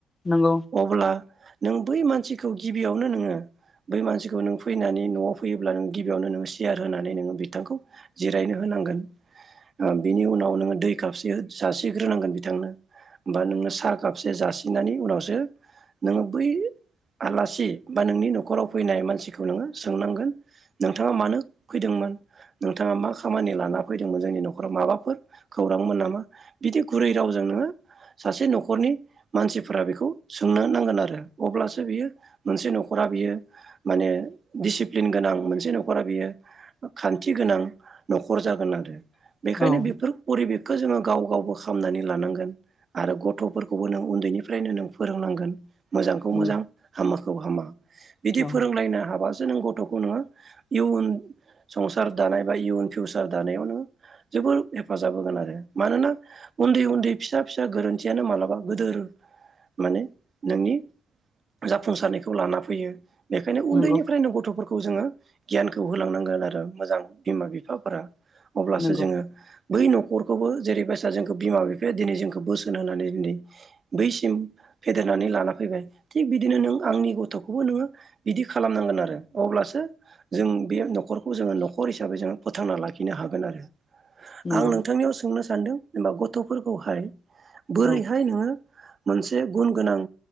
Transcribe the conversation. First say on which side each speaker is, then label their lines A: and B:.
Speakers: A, on the left; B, on the right.
A: नंगौ नंगौ
B: अब्ला नों बै मानसिखौ गिबियावनो नोङो बै मानसिखौ नों फैनानै न'आव फैयोब्ला नों गिबियावनो नों सेयार होनानै नोङो बिथांखौ जिरायनो होनांगोन बिनि उनाव दै खापसे जासिग्रोनांगोन बिथांनो बा नोङो साहा कापसे जासिनानै उनावसो नों बै आलासि बा नोंनि न'खराव फैनाय मानसिखौ नोङो सोंनांगोन नोंथाङा मानो फैदोंमोन नोंथाङा मा खामानि लाना फैदोंमोन जोंनि न'खराव माबाफोर खौरांमोन नामा बिदि गुरै रावजों नोङो सासे न'खरनि मानसिफोरा बेखौ सोंनो नांगोन आरो। अब्लासो बियो मोनसे न'खरा बियो माने दिसिप्लिन गोनां मोनसे न'खरा बियो खान्थि गोनां न'खर जागोनां। बेखायनो
A: औ
B: बेफोर परिबेखखौ जोङो गाव गावबो खामनानै लानांगोन आरो गथ'फोरखौबो नों उन्दैनिफ्रायनो नों फोरोंनांगोन। मोजांखौ
A: नंगौ
B: मोजां हामाखौ हामा बिदि
A: औ
B: फोरोंलायनो हाबासो नों गथ' संसार दानाय बा इउन फिउचार दानायाव नोङो जोबोर हेफाजाब होगोन आरो मानोना उन्दै उन्दै फिसा फिसा गोरोन्थियानो मालाबा गोदोर माने नोंनि जाफुंसारनायखौ लाना फैयो बेखायनो उन्दैनिफ्रायनो
A: नंगौ
B: गथ'फोरखौ जोङो गियानखौ होलांनांगोन आरो मोजां बिमा बिफाफोरा अब्लासो
A: नंगौ
B: जोङो बै न'खरखौबो जेरैबायसा जोंखौ बिमा बिफाया दिनै जोंखौ बोसोन होनानै दिनै बैसिम फेदेरनानै लाना फैबाय थिग बिदिनो नों आंनि गथ'खौबो नोङो बिदि खालामनांगोन आरो अब्लासो जों बे न'खरखौ जोङो न'खर हिसाबै जो फोथांना लाखिनो हागोन आरो
A: नंगौ
B: आं नोंथांनियाव सोंनो सान्दों लाव गथ'फोरखौहाय बोरैहाय
A: औ
B: नोङो मोनसे गुन गोनां